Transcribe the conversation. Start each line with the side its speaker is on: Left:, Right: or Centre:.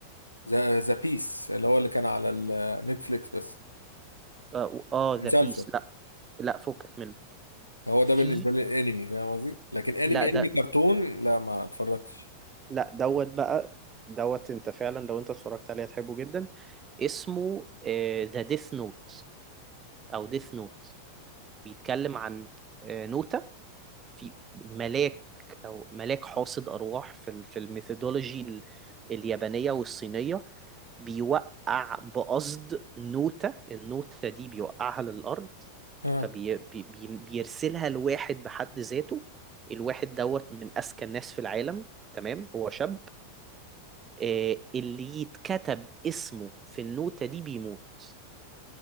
Left: ذا ذا بيس اللي هو اللي كان على النتفليكس بس
Right: اه آه،
Left: مسلسل
Right: ذا بيس لا لا فكك منه
Left: هو ده
Right: في
Left: بالنسبه لي الانمي فاهم قصدي لكن انمي
Right: لا ده
Left: انمي كرتون لا ما اتفرجتش
Right: لا دوت بقى دوت انت فعلا لو انت اتفرجت عليه هتحبه جدا اسمه ذا ديث نوت او ديث نوت بيتكلم عن آه، نوتة في ملاك او ملاك حاصد ارواح في ال- في الميثودولوجي ال- اليابانية والصينية بيوقع بقصد نوتة النوتة دي بيوقعها للأرض
Left: ها
Right: فبيرسلها لواحد بحد ذاته الواحد دوت من أذكى الناس في العالم تمام هو شاب آه، اللي يتكتب اسمه في النوتة دي بيموت